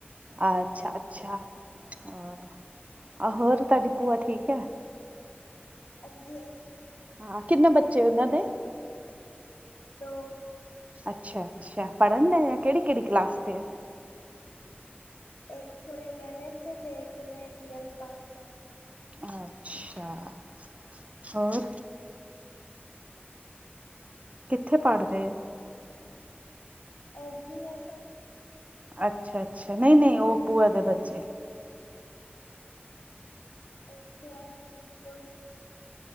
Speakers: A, on the right (about 35°); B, on the left (about 80°).
A: ਅੱਛਾ-ਅੱਛਾ, ਆ, ਹੋਰ ਤੁਹਾਡੀ ਭੂਆ ਠੀਕ ਐ?
B: ਹਾਂਜੀ-ਹਾਂਜੀ, ਠੀ
A: ਹਾਂ, ਕਿੰਨੇ ਬੱਚੇ ਉਹਨਾਂ ਦੇ?
B: ਲੋ
A: ਅੱਛਾ-ਅੱਛਾ, ਪੜ੍ਹਨਡਏ ਆ, ਕਿਹੜੀ-ਕਿਹੜੀ ਕਲਾਸ ਤੇ ਆ?
B: ਇੱਕ ਹੁਣ ਇਲੈਵਨਥ'ਚ ਤੇ, ਇੱਕ ਨੇ ਟਵੈਲਥ ਪਾਸ ਕਰਲੀ ਹੈ।
A: ਅੱਛਾ, ਹੋਰ? ਕਿੱਥੇ ਪੜ ਰਹੇ?
B: ਐੱਸਡੀ- ਐੱਸ, ਐਮ
A: ਅੱਛਾ-ਅੱਛਾ, ਨਈ-ਨਈ ਉਹ ਭੂਆ ਦੇ ਬੱਚੇ।
B: ਏ ਕੇ ਆਏ ਡੀਸਪਸ ਸਕੂਲ।